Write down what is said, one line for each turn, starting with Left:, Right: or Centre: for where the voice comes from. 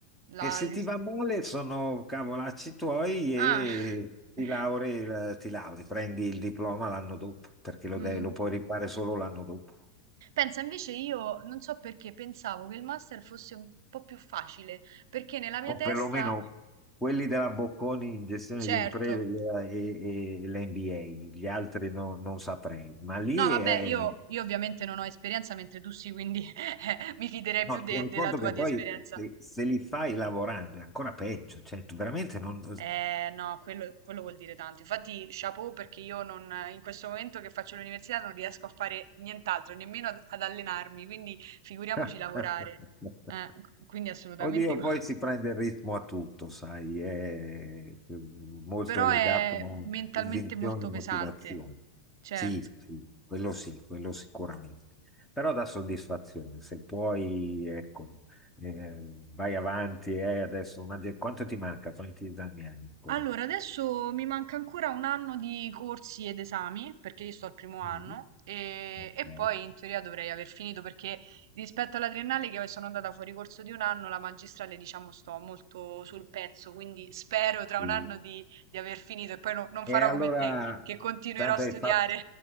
Right: la...
Centre: E se ti va male sono cavolacci tuoi
Right: Ah,
Centre: e ti
Right: <laughs>
Centre: lauri, eh, ti lauri, prendi il diploma l'anno dopo, perché lo,
Right: Mm.
Centre: devi- lo puoi rifare solo l'anno dopo.
Right: Pensa, invece io non so perché pensavo che il master fosse un po' più facile, perché nella mia
Centre: O
Right: testa,
Centre: perlomeno quelli della Bocconi in gestione
Right: certo,
Centre: di imprese e, e l'MBA, gli altri no- non saprei. Ma lì
Right: No, vabbè,
Centre: è...
Right: io, io ovviamente non ho esperienza, mentre tu sì, quindi <laughs> mi fiderei
Centre: No,
Right: più de-
Centre: tieni
Right: della
Centre: conto
Right: tua
Centre: che
Right: di
Centre: poi
Right: esperienza.
Centre: se, se li fai lavorando è ancora peggio, cioè tu veramente non...
Right: Eh, no, quello, quello vuol dire tanto. Infatti, chapeau perché io non, in questo momento che faccio l'università non riesco a fare nient'altro, nemmeno ad, ad allenarmi, quindi figuriamoci
Centre: <laughs>
Right: lavorare. Eh, quindi assolutamente.
Centre: Oddio,
Right: <laughs>
Centre: poi si prende il ritmo a tutto, sai, è molto
Right: Però
Centre: è legato
Right: è
Centre: a
Right: mentalmente
Centre: convinzioni
Right: molto
Centre: e motivazioni.
Right: pesante, certo.
Centre: Sì, sì, quello sì, quello sicuramente. Però dà soddisfazione, se puoi, ecco, eh, vai avanti e adesso, ma de- quanto ti manca? Quanti esami hai ancora?
Right: Allora, adesso mi manca ancora un anno di corsi ed esami, perché io sto al primo anno,
Centre: Mm.
Right: e,
Centre: Ok.
Right: e poi in teoria dovrei aver finito, perché rispetto alla triennale che sono andata fuori corso di un anno, la magistrale, diciamo, sto molto sul pezzo, quindi spero tra
Centre: Sì.
Right: un anno di, di aver finito e poi no- non
Centre: E
Right: farò
Centre: allora,
Right: come te, che continuerò
Centre: tanto
Right: a studiare.
Centre: hai fatto.